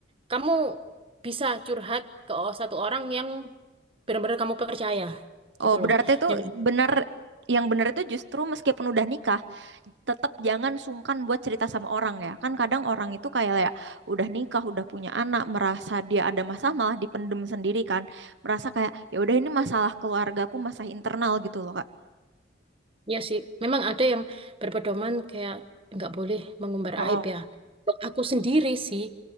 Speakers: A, on the right; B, on the right.
A: kamu bisa curhat ke satu orang yang benar-benar kamu percaya gitu
B: Oh,
A: loh
B: berarti itu
A: yang ya
B: benar yang benar itu justru meskipun udah nikah, tetap jangan sungkan buat cerita sama orang ya. Kan kadang orang itu kayak ya udah nikah, udah punya anak, merasa dia ada masalah malah dipendem sendiri kan. Merasa kayak ya udah ini masalah keluargaku, masalah internal gitu loh, Kak.
A: iya sih memang ada yang berpedoman kayak nggak boleh mengumbar
B: Oh,
A: aib ya Kalau aku sendiri sih